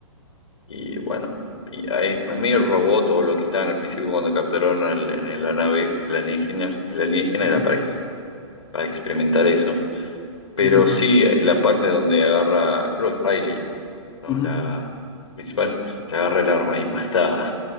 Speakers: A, on the left; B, on the left.
A: y bueno, y ahí medio robot o lo que estaban al principio cuando capturaron al, en la nave, el alienígena, el alienígena
B: Ujú,
A: era para, ex- para experimentar eso. Pero
B: ujú,
A: sí, la parte donde agarra, creo que es Riley, ¿no?
B: ujú.
A: La principal, que agarra el arma y mata